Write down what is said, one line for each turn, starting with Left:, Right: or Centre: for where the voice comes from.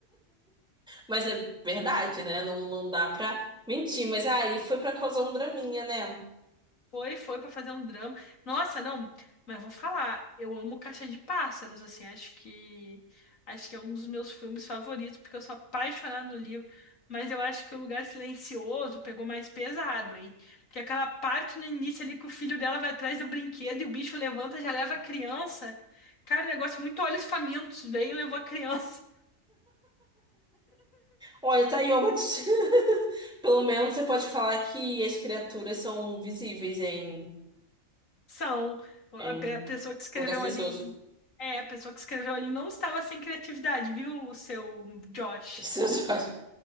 Centre: Mas é verdade, né? Não, não dá pra mentir. Mas aí foi pra causar um draminha, né?
Left: Foi, foi pra fazer um drama. Nossa, não, mas vou falar, eu amo Caixa de Pássaros, assim, acho que acho que é um dos meus filmes favoritos, porque eu sou apaixonada no livro, mas eu acho que o Lugar Silencioso pegou mais pesado, hein? Porque aquela parte no início ali que o filho dela vai atrás do brinquedo e o bicho levanta, já leva a criança. Cara, um negócio muito olhos famintos, veio e levou a criança.
Centre: Olha, tá aí, ó, mas <laughs> pelo menos você pode falar que as criaturas são visíveis em,
Left: <laughs> São a
Centre: em
Left: pe- a pessoa que escreveu
Centre: um lugar silencioso.
Left: ali, é, a pessoa que escreveu ali não estava sem criatividade, viu, o seu Josh?
Centre: <laughs> Silencioso.